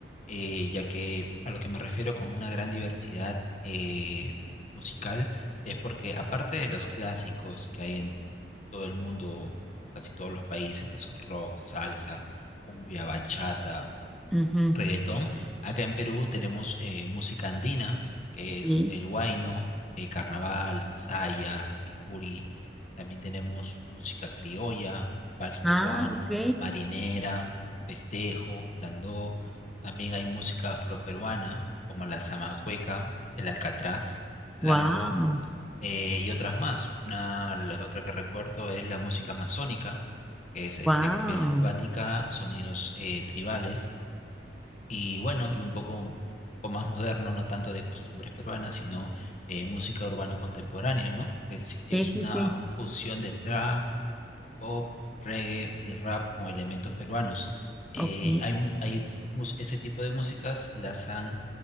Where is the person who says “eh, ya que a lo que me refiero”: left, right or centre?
Left